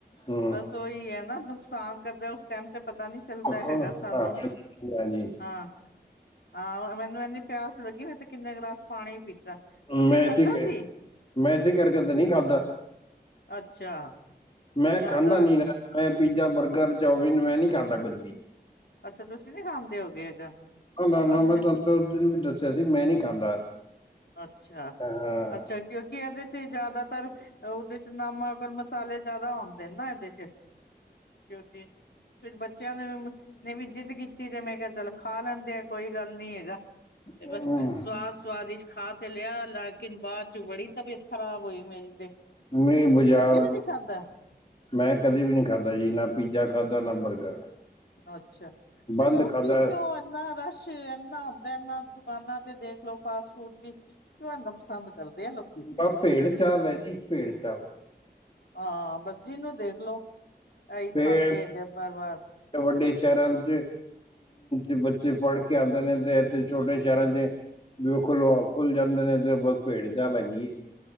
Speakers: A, on the left; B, on the left.
A: ਹਮ
B: ਬਸ ਉਹੀ ਹੈ ਨਾ ਨੁਕਸਾਨ ਕਰਦਾ ਉਸ ਟਾਈਮ ਤੇ ਪਤਾ ਨੀ ਚੱਲਦਾ
A: ਹਾਂਜੀ
B: ਹੈਗਾ ਸਾਨੂੰ।
A: ਹਾਂਜੀ
B: ਹਾਂ, ਆਹ ਮੈਨੂੰ ਇਨੀ ਪਿਆਸ ਲੱਗੀ ਮੈਂ ਤੇ ਕਿੰਨੇ ਗਲਾਸ ਪਾਣੀ ਪੀਤਾ। ਤੁਸੀਂ
A: ਮੈ
B: ਖਾਧਾ
A: ਏਸੀ
B: ਸੀ
A: ਮੈਂ ਏਸੀ ਕਰਕੇ ਤੇ ਨਹੀਂ ਖਾਦਾ।
B: ਅੱਛਾ।
A: ਮੈਂ
B: ਜ਼ਿਆਦਾ
A: ਖਾਂਦਾ ਨੀ ਨਾ ਮੈਂ ਪੀਜ਼ਾ, ਬਰਗਰ, ਚਾਮਿਨ ਮੈਂ ਨਹੀਂ ਖਾਂਦਾ ਕੁੱਝ ਵੀ।
B: ਅੱਛਾ, ਤੁਸੀਂ ਨੀ ਖਾਂਦੇ ਹੋਗੇ ਹੈਗਾ।
A: ਨਾ-ਨਾ,
B: ਅੱਛਾ
A: ਮੈਂ ਤੁਹਾਨੂੰ ਉਸ ਦਿਨ ਵੀ ਦੱਸਿਆ ਸੀ ਮੈਂ ਨੀ ਖਾਂਦਾ।
B: ਅੱਛਾ।
A: ਹਾਂ
B: ਅੱਛਾ, ਕਿਉਂਕਿ ਇਹਦੇ ਚ ਜ਼ਿਆਦਾਤਰ ਉਹਦੇ ਚ ਨਮਕ ਮਸਾਲੇ ਜਿਆਦਾ ਆਉਂਦੇ ਨੇ ਨਾ ਇਹਦੇ ਚ ਕਿਉਂਕਿ ਫਿਰ ਬੱਚੇ ਬੱਚਿਆਂ ਨੂੰ ਨੇ ਵੀ ਜਿੱਦ ਕੀਤੀ ਤੇ ਮੈਂ ਕਿਹਾ ਚੱਲ ਖਾ ਲੈਂਦੇ ਆ ਕੋਈ ਗੱਲ ਨੀ ਹੈਗਾ। ਤੇ
A: ਹਮ,
B: ਬਸ ਸਵਾਦ ਸਵਾਦ ਵਿਚ ਖਾ ਤੇ ਲਿਆ ਲੇਕਿਨ ਬਾਅਦ ਚ ਬੜੀ ਤਬੀਅਤ ਖਰਾਬ ਹੋਈ ਮੇਰੀ ਤੇ।
A: ਨਹੀਂ
B: ਤੁਸੀਂ
A: ਬਾਜ਼ਾਰ
B: ਕਦੇ ਵੀ ਨੀ ਖਾਧਾ
A: ਮੈਂ ਕਦੇ ਵੀ ਨਹੀਂ ਖਾਧਾ ਜੀ ਨਾ ਪੀਜ਼ਾ ਖਾਧਾ ਨਾ ਬਰਗਰ।
B: ਅੱਛਾ ਫ਼ੇਰ
A: ਬੰਦ
B: ਲੋਕੀ
A: ਖਾਧਾ
B: ਕਿਉ ਇਨਾ ਰਸ਼ ਇਨਾ ਹੁੰਦਾ ਇਨਾ ਦੁਕਾਨਾਂ ਤੇ ਦੇਖ ਲੋ ਫਾਸਟ ਫੂਡ ਦੀ ਪਸੰਦ ਕਰਦੇ ਆ ਲੋਕੀ।
A: ਆ ਭੇੜ ਚਾਲ
B: <unintelligible>
A: ਹੈ ਜੀ ਭੇੜ ਚਾਲ
B: ਹਾਂ, ਬਸ ਜਿਹਨੂੰ ਦੇਖ ਲਓ। ਆਹੀ
A: ਤੇ
B: ਖਾਂਦੇ ਹੈਗੇ ਆ ਬਾਰ ਵਾਰ।
A: ਵੱਡੇ ਸ਼ਹਿਰਾਂ ਚ ਅ ਬੱਚੇ ਪੜ੍ਹ ਕੇ ਆਂਦੇ ਨੇ ਤੇ ਛੋਟੇ ਸ਼ਹਿਰਾਂ ਦੇ। ਵੀ ਉਹ ਖੁਲ ਖੁੱਲ ਜਾਂਦੇ ਨੇ ਤੇ ਬਸ ਭੇੜ ਚਾਲ ਹੈਗੀ ਐ।